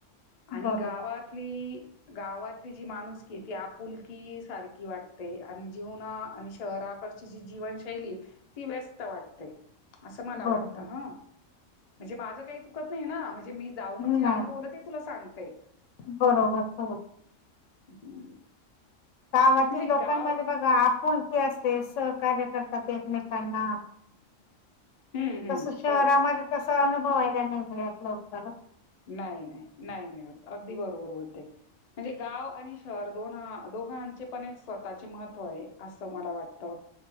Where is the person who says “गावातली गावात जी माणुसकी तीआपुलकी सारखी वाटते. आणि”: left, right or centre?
Left